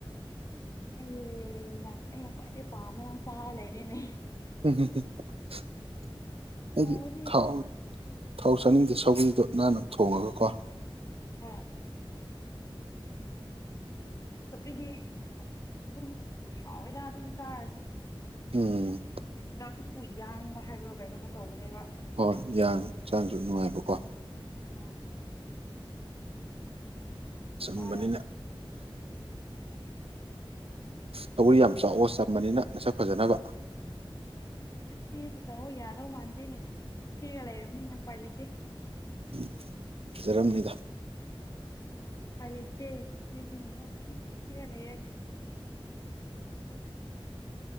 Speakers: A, on the left (about 35°); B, on the right (about 90°).
A: ꯑꯩ ꯑꯩꯅ ꯈ꯭ꯋꯥꯏꯗꯩ ꯄꯥꯝꯕ ꯅꯪ ꯆꯥꯔ ꯂꯩꯔꯦꯅꯦ
B: <unintelligible>
A: ꯍꯥꯎꯕꯅꯤ
B: ꯊꯥꯎ ꯊꯥꯎ ꯆꯥꯅꯤꯡꯗꯦ ꯁꯧꯒ꯭ꯔꯤꯗꯣ ꯅꯥꯟꯅ ꯊꯣꯡꯉꯒꯀꯣ
A: ꯍꯥ ꯁꯧꯒ꯭ꯔꯤꯗꯤ ꯑꯗꯨꯝ ꯍꯥꯎꯋꯦꯗ ꯑꯗꯨꯝ ꯆꯥꯔꯁꯨ
B: ꯎꯝ
A: ꯍꯛꯆꯥꯡꯨꯁꯨ ꯌꯥꯡꯕ ꯍꯥꯏꯕ꯭ꯔꯣ ꯀꯩꯅꯣꯝꯃ ꯇꯧꯕꯅꯦꯕ
B: ꯍꯣꯏ ꯌꯥꯡꯉꯦ ꯍꯛꯆꯥꯡꯁꯨ ꯅꯨꯡꯉꯥꯏꯕꯀꯣ
A: ꯍꯣꯏ
B: ꯆꯝꯕꯅꯤꯅ
A: ꯆꯥꯔ
B: ꯁꯧꯒ꯭ꯔꯤ ꯌꯥꯝ ꯆꯥꯎꯑꯣ ꯆꯝꯕꯅꯤꯅ ꯅꯁꯛ ꯐꯖꯅꯕ
A: ꯁꯛꯁꯤ ꯐꯖꯧ ꯌꯥꯗꯧ ꯃꯥꯟꯗꯦꯅꯦ ꯊꯤꯔꯒ ꯂꯩꯔꯕꯅꯤꯅ ꯎꯄꯥꯏ ꯂꯩꯇꯦ
B: <unintelligible> ꯐꯖꯔꯝꯅꯤꯗ
A: ꯎ ꯄꯥꯏ ꯂꯩꯇꯦ <unintelligible> ꯊꯤꯔ ꯂꯩꯔꯒꯦ